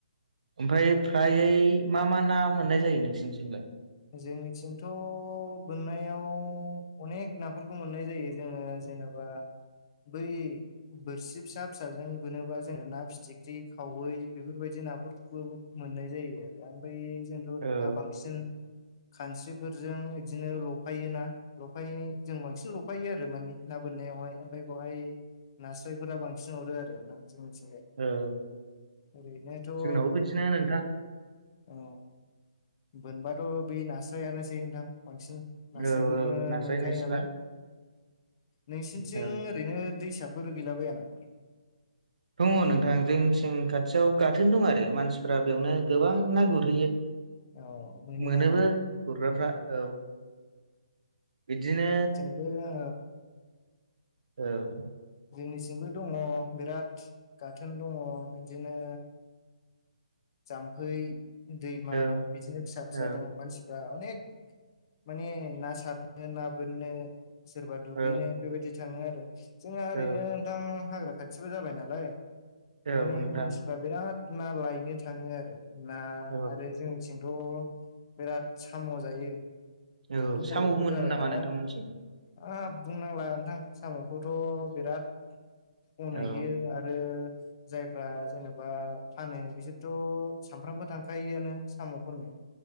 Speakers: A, on the right (about 75°); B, on the left (about 35°).
A: ओमफ्राय फ्रायै मा मा ना मोननाय जायो नोंसोरनिथिंलाय?
B: जोंनिथिंथ' बोननायाव अनेक नाफोरखौ मोननाय जायो जोंङो जेन'बा बा बै बोरसि फिसा फिसाजों बोनोबा जोंङो ना फिथिख्रि खावै बेफोरबायदि नाफोरखौबो मोननाय जायो आरो ओमफ्राय जोंथ' दा
A: औ
B: बांसिन खानस्रिफोरजों बिदिनो लफायोना लफायो जों बांसिन लफायो आरो माने ना बोननायावहाय ओमफ्राय बेावहाय नास्रायफोरा बांसिन हरो आरो ना जोंनिथिं जाय
A: औ
B: ओरैनोथ' औ
A: जोंनावबो बिदिनो नोंथां
B: औ मोनबाथ' बे नास्रायानोसै नोंथां बांसिन नास्रायफोरखौनो
A: औ औ नास्राय
B: मोनखायो
A: निस्ला
B: नालाय नोंसिनिथिं
A: औ
B: ओरैनो दैसाफोर गैलाबाया नामा?
A: दङ नोंथां जों सिं खाथियाव गाथोन दं आरो मानसिफोरा बेयावनो गोबां ना गुरहैयो।
B: औ मोनो
A: मोनोबो
B: नामा
A: गुरग्राफ्रा औ बिदिनो
B: बे अ
A: औ
B: जोंनि सिंबो दङ बिराद गाथोन दङ बिदिनो जाम्फै दैमा
A: औ
B: बिदिनो फिसा
A: औ
B: फिसा दङ मानसिफ्रा अनेक माने ना सारनो ना बोननो सोरबा दुगैनो
A: औ
B: बेबायदि थाङो आरो जोंहा ओरैनो
A: औ
B: नोंथां हाग्रा खाथिबो जाबाय नालाय
A: औ
B: माने
A: नोंथां
B: मानसिफ्रा बिराद ना लायनो था थाङो आरो ना
A: औ
B: आरो जोंनिथिंथ' बिराद साम' जायो
A: औ
B: जोंथ' बर'फोर
A: साम' मोनो
B: जाबाय
A: नामा
B: नालाय
A: नोंथांमोनथिं
B: हाब बुंनांला नोंथां साम'खौथ' बिराद खनहैयो
A: औ
B: आरो आरो जायफ्रा जेनेबा फानो बिसोर थ' सामफ्रामबो थांखायोआनो साम' खननो